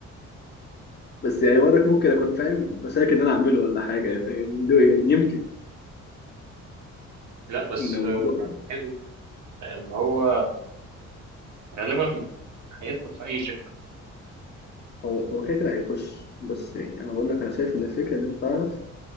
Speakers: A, on the left (about 35°); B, on the right (about 70°).
A: بس يعني وضعك ممكن اكون فاهم بس لكن إن انا اعمله ولا حاجه يعني ده يعني يمكن
B: لا بس
A: ان الموضوع
B: آه، تراك حلو لان هو غالبا هيدخل في اي شركه
A: هو هو كده كده هيخش بس يعني انا بقول لك انا شايف ان الفكره ان انت تعرف